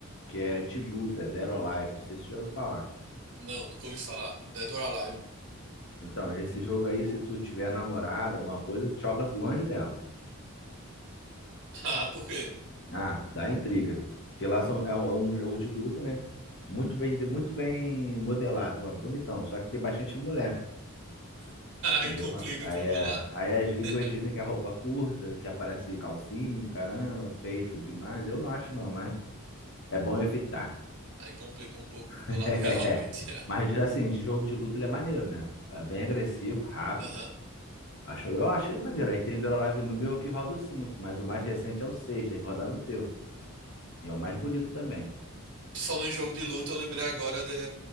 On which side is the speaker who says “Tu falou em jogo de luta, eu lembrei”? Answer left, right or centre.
Right